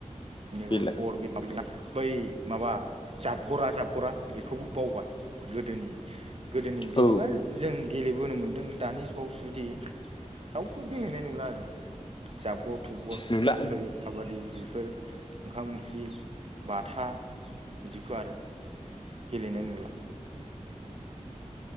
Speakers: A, on the right; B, on the left.
A: <unintelligible>
B: गैला
A: बै माबा जाबगरा जाब रा बेखौबो बावबाय गोदोनि गोदोनि जेनेबा
B: औ
A: जों गेले बोनो मोन्दों दानि जुगाव जुदि रावबो गेलेनाय नंला आरो जा <unintelligible> फुटबल
B: नुला
A: खै खाबादि फोर ओंखाम ओंख्रि बाथा बिदिखौ आरो गेलेनाय नुला